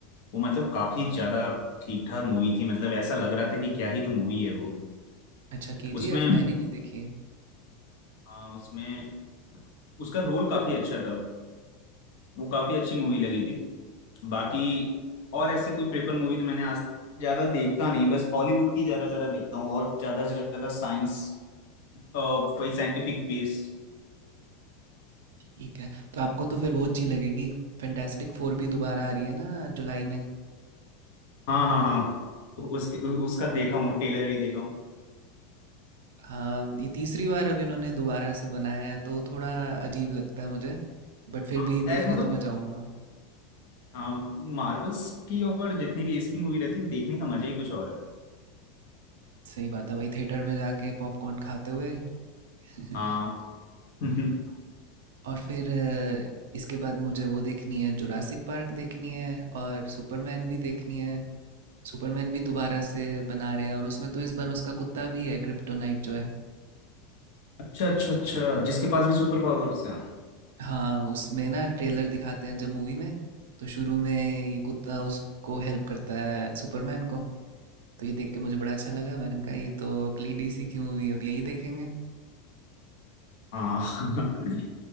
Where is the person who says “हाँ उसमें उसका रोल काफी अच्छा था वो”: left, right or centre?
Left